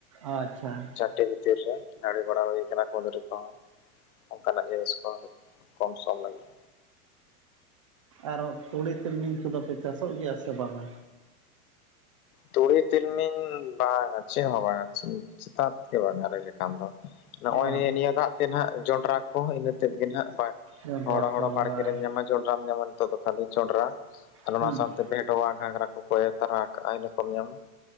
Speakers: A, on the right; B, on the left.
A: ᱟᱪᱪᱷᱟ,
B: ᱪᱷᱟᱱᱴᱤ ᱵᱷᱤᱛᱤᱨ ᱨᱮ ᱱᱟᱲᱤ ᱵᱟᱲᱟ ᱦᱩᱭ ᱟᱠᱟᱱᱟ ᱠᱩᱸᱫᱽᱨᱤ ᱠᱚ ᱦᱚᱸ᱾ ᱚᱱᱠᱟᱱᱟᱜ ᱡᱤᱱᱤᱥ ᱠᱚ ᱠᱚᱢ ᱥᱚᱢ ᱞᱟᱹᱜᱤᱫ᱾
A: ᱟᱨ ᱛᱩᱲᱤ ᱛᱤᱞᱢᱤᱧ ᱠᱚ ᱫᱚ ᱯᱮ ᱪᱟᱥᱚᱜ ᱜᱮᱭᱟ ᱥᱮ ᱵᱟᱝᱟ?
B: ᱛᱩᱲᱤ ᱛᱤᱞᱢᱤᱧ ᱵᱟᱝᱟ ᱪᱮᱫ ᱦᱚᱸ ᱵᱟᱝᱟ ᱪᱮᱛᱟᱱ ᱜᱮ ᱵᱟᱝᱟ ᱞᱟᱹᱭ ᱞᱮᱠᱷᱟᱱ ᱫᱚ᱾ ᱱᱚᱜᱼᱚᱭ
A: ᱚ
B: ᱱᱤᱭᱟᱹ ᱱᱤᱭᱟᱹ ᱫᱟᱜ ᱛᱮ ᱱᱟᱜ ᱡᱚᱱᱰᱨᱟ ᱠᱚ ᱤᱱᱟᱹ ᱛᱮᱫ ᱜᱮ ᱦᱟᱜ ᱵᱟᱭ
A: ᱡᱚᱢ ᱵᱟᱲᱟ
B: ᱦᱚᱲᱚ ᱦᱚᱲᱚ
A: ᱠᱚ
B: ᱵᱟᱲᱜᱮ
A: ᱦᱳᱭ
B: ᱨᱮ
A: ᱦᱩᱸ
B: ᱧᱟᱢᱟᱹᱧ ᱡᱚᱸᱰᱨᱟᱢ ᱧᱟᱢᱟ ᱱᱤᱛᱚᱜ ᱫᱚ ᱠᱷᱟᱹᱞᱤ ᱡᱚᱸᱰᱨᱟ᱾ ᱟᱨ
A: ᱴᱷᱤᱠ
B: ᱚᱱᱟ ᱥᱟᱶᱛᱮ ᱵᱷᱮᱰᱣᱟ ᱜᱷᱟᱜᱽᱨᱟ ᱠᱚ ᱠᱚ ᱮᱨ ᱛᱟᱨᱟ ᱠᱟᱜᱼᱟ᱾ ᱠᱚᱢ ᱧᱟᱢ᱾